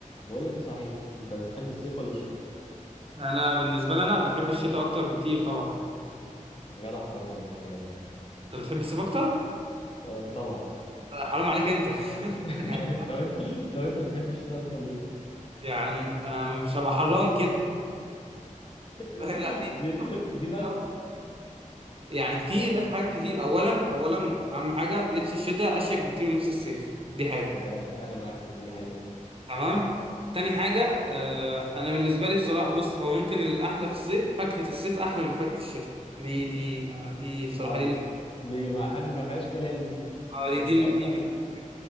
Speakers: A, on the left; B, on the right.
A: بقول لك ايه صحيح انت بتحب الصيف ولا الشتاء
B: انا بالنسبه لي انا بحب الشتاء اكتر بكتير طبعا
A: يا جدع حرام عليك يا جدع
B: انت بتحب الصيف اكتر
A: آه، طبعا
B: حرام عليك انت <laughs>
A: <laughs> طب انت طب انت بتحب الشتاء اكتر ليه
B: يعني أنا مش هبقى حران كده
A: <laughs>
B: <laughs> لا في
A: دي
B: في
A: دي
B: طبعاً.
A: بس
B: يعني كتير لا في حاجات كتير اولا اولا اهم حاجه لبس الشتاء اشيك بكتير من لبس الصيف دي حاجه
A: آه انا معاك في دي دي حقيقة
B: تمام تاني حاجه آه، انا بالنسبه لي بصراحه بص هو ممكن الاحلى في الصيف فاكهه الصيف احلى من فاكهه الشتاء دي دي آه، دي بصراحه
A: اه
B: دي
A: دي ما حد ما فيهاش كلام دي
B: آه، دي
A: وانت
B: دي
A: اصلا
B: دي,